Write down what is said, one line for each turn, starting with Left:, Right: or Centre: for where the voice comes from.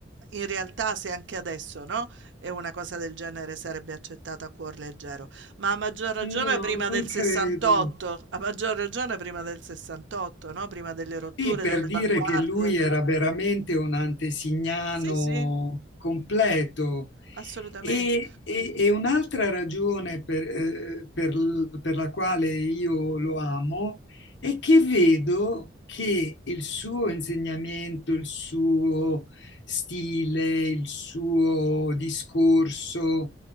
Right: in realtà se anche adesso, no? E una cosa del genere sarebbe accettata a cuor leggero. Ma a maggior ragione
Left: No,
Right: prima
Left: non
Right: del 68,
Left: credo.
Right: a maggior ragione prima del 68, no? Prima delle rotture,
Left: Sì, per
Right: delle
Left: dire
Right: avanguardie.
Left: che lui era veramente un antesignano
Right: Sì, sì,
Left: completo.
Right: assolutamente.
Left: E, e- e un'altra ragione per, eh, per l- per la quale io lo amo è che vedo che il suo insegnamento, il suo stile, il suo discorso